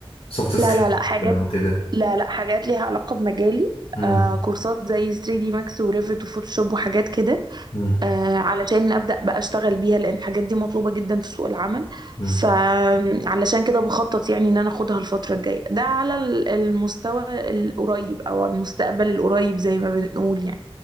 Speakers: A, on the left; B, on the right.
A: سوفت سكيلز
B: لا لا لا حاجات
A: وكده
B: لا لا حاجات ليها علاقة بمجالي
A: امم
B: آه كورسات زي 3D Max وريفت وفوتوشوب وحاجات كده
A: امم
B: آه علشان أبدأ بقى أشتغل بيها لأن الحاجات دي مطلوبة جدا في سوق العمل
A: امم
B: فعلشان كده بخطط يعني إن أنا أخدها الفترة الجاية ده على ال- المستوى القريب أو على المستقبل القريب زي ما بنقول يعني